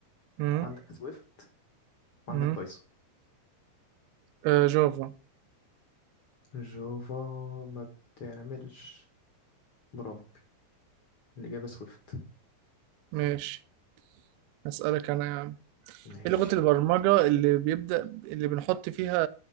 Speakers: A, on the right (about 85°); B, on the left (about 55°).
A: امم
B: وعندك سويفت وعندك
A: امم
B: بايثون
A: آه جافا
B: جافا ما بتعملش برومبت الاجابة سويفت
A: ماشي هسألك انا يا عم
B: ماشي
A: ايه لغه البرمجه اللي بيبدأ اللي بنحط فيها